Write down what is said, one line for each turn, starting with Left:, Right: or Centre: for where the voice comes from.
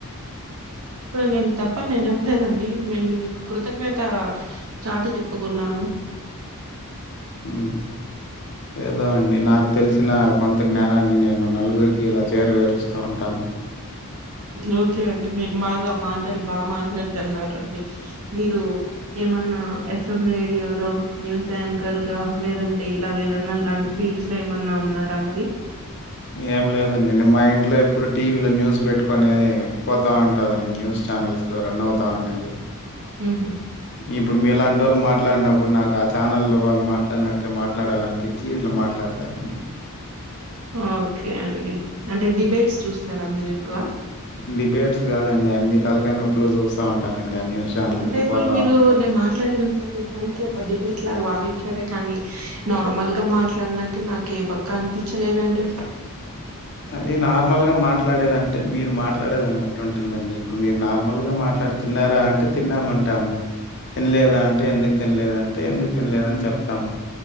Right: ఇప్పుడు నేను తప్ప నేను చెప్పలేదండి మే నేను కృతజ్ఞత చాటి చెప్పుకున్నాను
Left: ఉ ఏ దో అండి నాకు తెలిసిన కొంత జ్ఞానాన్ని నేను నలుగురికి ఇలా చేరవేరుస్తూ ఉంటాను
Right: ఓకే అండి మీరు మాగా మాటలు బా మాట్లాడుతన్నారండి మీరు ఏ ఏమన్నా ఎఫ్ఎం రేడియో లో న్యూస్ యాంకర్ గా లేదంటే ఇలాగేదన్నా ఇలాంటి ఫీల్డ్స్ లే ఏమన్నా ఉన్నారా మరి
Left: ఏం లేదండి నె మా ఇంట్లో ఎప్పుడు టీవీలో న్యూస్ పెట్టుకొనె పోతా ఉంటదండి న్యూస్ ఛానల్స్లో రన్ అవుతా ఉంటయి
Right: ఉహు
Left: ఇప్పుడు మీలాంటోళ్ళు మాట్లాడినప్పుడు నాకు ఆ ఛానల్లో వాళ్ళు మాట్లాడినట్టే మాట్లాడాలనిపించి ఇట్ల మాట్లాడతానండి
Right: ఓకే అండి అంటే దిబేట్స్ చూస్తారా మీరు ఎక్కువ
Left: డిబేట్స్ కాదండి అన్ని తలకాయి నొప్పులు చూస్తా ఉంటానడి ఆ న్యూస్ ఛానల్స్లో
Right: అంటే ఇప్పుడు
Left: పోతా
Right: మీరు
Left: ఉంటాను.
Right: నేను మాట్లాడిన ప్రతి దానికి ఒక డిబేట్ లాగా వాదిచ్చారే కానీ నార్మల్ గా మాట్లాడినతే నాకే పక్క అనిపించలేదండి
Left: అది నార్మల్ గా మాట్లాడేదంటే మీరు మాట్లాడేదాని బట్టి ఉంటుందండి ఇప్పుడు మీరు నార్మల్ గా మాట్లా తిన్నారా అంటే తిన్నామంటాము తినలేదా అంటే ఎందుకు తినలేదంటే ఎందుకు తినలేదని చెప్తాము